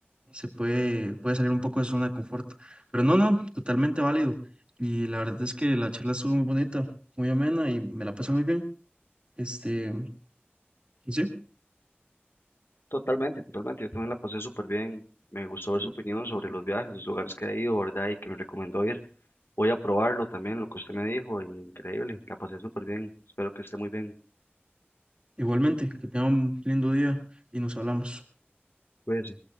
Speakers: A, on the right; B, on the left.
A: se puede, puede salir un poco de su zona de confort, pero no, no, totalmente válido. Y la verdad es que la charla estuvo muy bonita, muy amena y me la pasé muy bien. Este, y sí,
B: Totalmente, totalmente. Yo también la pasé súper bien. Me gustó ver su opinión sobre los viajes, los lugares que ha ido, ¿verdad? Y que me recomendó ir. Voy a probarlo también, lo que usted me dijo, y increíble. La pasé súper bien. Espero que esté muy bien.
A: igualmente, que tengan un lindo día y nos hablamos.
B: Cuídese.